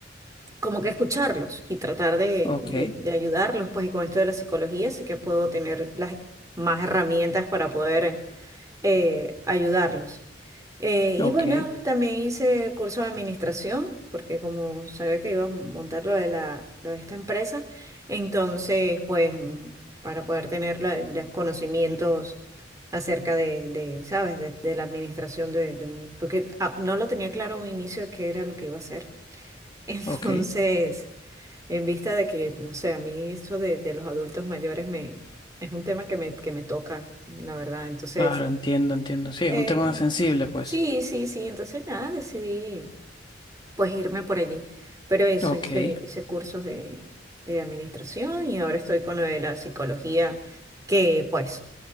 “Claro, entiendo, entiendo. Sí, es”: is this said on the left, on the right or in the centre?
Left